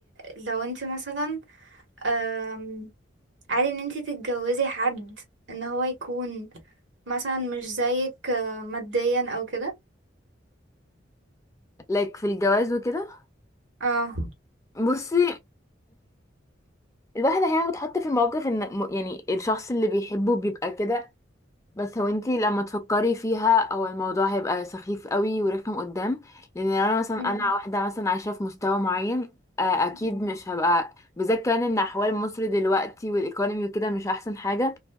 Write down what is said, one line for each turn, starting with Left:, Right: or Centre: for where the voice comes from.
Right: لو انت مثلا أم، عادي ان انت تتجوزي حد ان هو يكون مثلا مش زيك آه، ماديا او كده
Left: like في الجواز وكده
Right: اه
Left: بصي الواحد احيانا بيتحط في الموقف ان م- يعني الشخص اللي بيحبه بيبقى كده بس هو انتي لما تفكري فيها هو الموضوع هيبقى سخيف قوي ورخم قدام لان لو انا مثلا
Right: مم.
Left: انا واحده مثلا عايشه في مستوى معين آه، اكيد
Right: مم.
Left: مش هبقى بالذات كمان ان احوال مصر دلوقتي والايكونومي وكده مش احسن حاجه